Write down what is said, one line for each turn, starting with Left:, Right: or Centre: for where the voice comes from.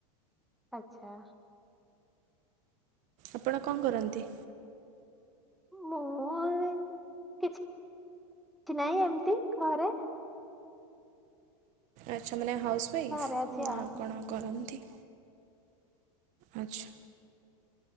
Centre: ଆଚ୍ଛା।
Right: ଆପଣ କଣ କରନ୍ତି।
Centre: ମୁଁ ଏ କିଛି ନାହିଁ ଏମିତି ଘରେ।
Right: ଆଚ୍ଛା ମାନେ ହାଉସୱଇଫ୍
Centre: ଘରେ ଅଛି
Right: ନା
Centre: ଆଉ
Right: କଣ କରନ୍ତି। ଆଚ୍ଛା।